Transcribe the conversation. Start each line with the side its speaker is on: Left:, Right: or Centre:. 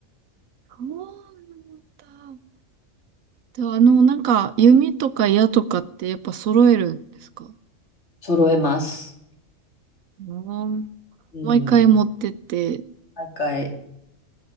Right: そうなんだ。では、あの、なんか、弓とか矢とかってやっぱ揃えるんですか
Left: 揃えます。
Right: うん
Left: うん。
Right: 毎回持ってって、
Left: 高い。